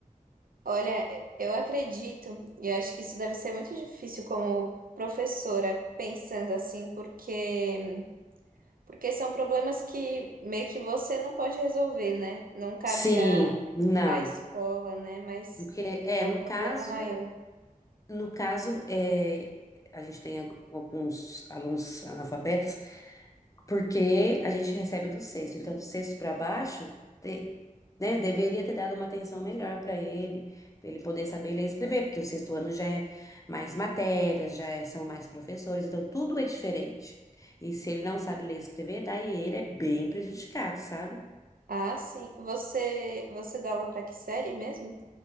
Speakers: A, on the right; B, on the left.
A: Olha, eu acredito, e eu acho que isso deve ser muito difícil como professora, pensando assim, porque, porque são problemas que meio que você não pode resolver, né? Não cabe
B: Sim,
A: à
B: não.
A: à escola, né? Mas
B: Porque, é,
A: é um
B: no
A: problema
B: caso,
A: maior.
B: no caso, é, a gente tem al- alguns alunos analfabetas, porque a gente recebe do sexto. Então, do sexto para baixo, te- né, deveria ter dado uma atenção melhor para ele, para ele poder saber ler e escrever, porque o sexto ano já é mais matérias, já é- são mais professores, então tudo é diferente. E se ele não sabe ler e escrever, daí ele é bem prejudicado, sabe?
A: Ah, sim. Você, você dá aula para que série mesmo?